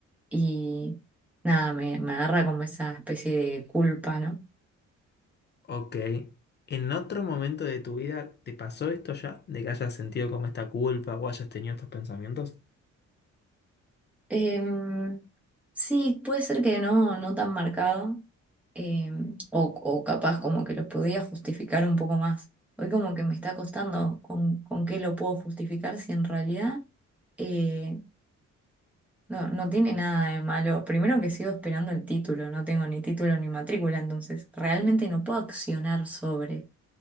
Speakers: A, in the centre; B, on the left.
A: y nada, me, me agarra como esa especie de culpa, ¿no?
B: Ok. ¿En otro momento de tu vida te pasó esto ya? ¿De que hayas sentido como esta culpa o hayas tenido estos pensamientos?
A: Em, sí, puede ser que no, no tan marcado, em, o, o capaz como que lo podía justificar un poco más. Hoy como que me está costando con, con qué lo puedo justificar si en realidad eh, no, no tiene nada de malo. Primero que sigo esperando el título, no tengo ni título ni matrícula, entonces realmente no puedo accionar sobre